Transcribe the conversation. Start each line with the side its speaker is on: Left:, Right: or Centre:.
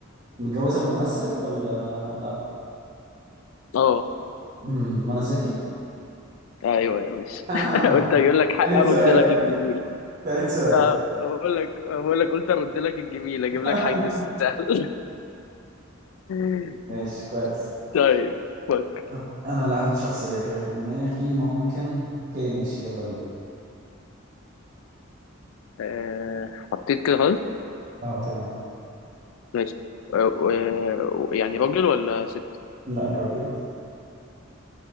Right: متجوزة ممثل ولا لا؟
Left: اه
Right: <laughs> مم، منى زكي؟
Left: ايوه يا باشا
Right: <laughs>
Left: <laughs> قلت اجيب لك حق
Right: تالت
Left: ارد
Right: سؤال
Left: لك الجميل
Right: تالت سؤال
Left: اه بقول لك بقول لك قلت ارد لك الجميل اجيب
Right: <laughs>
Left: لك حد سهل <laughs>
Right: ماشي كويس
Left: طيب فك
Right: هحط- انا اللي هحط شخصية كده في دماغي ممكن اوكي ماشي يلا بينا
Left: آه حطيت كده خلاص
Right: اه تمام
Left: ماشي آه آه، يعني راجل ولا ست
Right: لا راجل